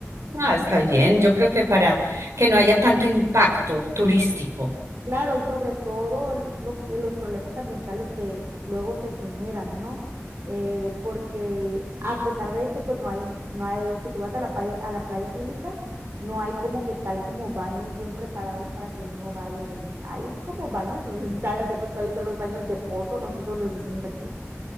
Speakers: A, on the right; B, on the right.
A: Ah, está bien. Yo creo que para que no haya tanto impacto turístico,
B: Claro, y sobre todo lo que los problemas ambientales que luego se generan, ¿no? Eh, porque a pesar de esto, pues no hay, no hay, o si tú vas a la playa, a la playa pública, no hay como que tal como baños bien preparados para que uno vaya y hay como baños, no sé si sabes, sepas cuáles son los baños de pozo, nosotros les decimos aquí,